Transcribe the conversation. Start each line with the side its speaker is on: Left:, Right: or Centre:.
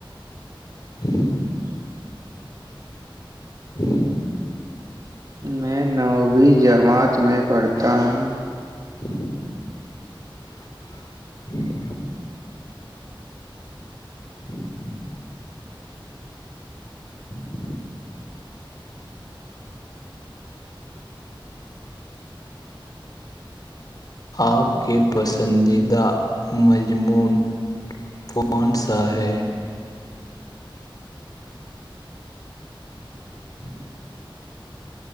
Left: <inaudible> <inaudible>
Right: میں نوویں جماعت میں پڑھتا ہوں
Left: <unintelligible> <unintelligible> <unintelligible> آپ کے پسندیدہ مضمون کون سا ہے <unintelligible>